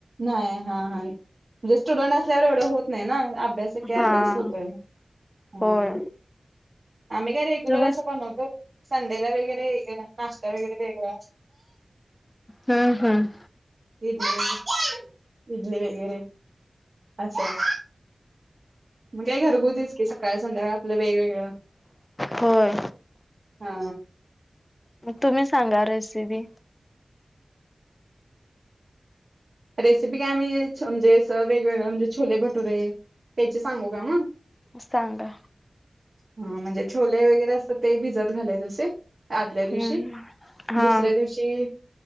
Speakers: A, on the right (about 55°); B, on the left (about 20°).
A: नाही हा हा हा. म्हणजे स्टुडन्ट असल्यावर एवढं होत नाही ना आप भ्यास येके
B: हा
A: अभ्यास होतोय म.
B: होय
A: आम्ही काय रेग्युलर
B: तुम्हीच
A: असं बणवतो संधेला वगैरे नाश्ता वगैरे वेगळा
B: हम्म हम्म
A: इडली इडली वगैर असं मग काय घरगुतीस कि सकाळ संध्याकाळ आपलं वेगवेगळं
B: होय
A: हा
B: तुम्ही सांगा रेसिपी
A: रेसिपी काय मी म्हणजे अस वेगवेगळ म्हणजे छोले भटुरे या्यायचे सांगू का मग
B: सांगा
A: हा म्हणजे छोले वगैरे अस ते भिजत घालायचं असे आदल्या दिवशी
B: हम्म हा
A: दुसऱ्या दिवशी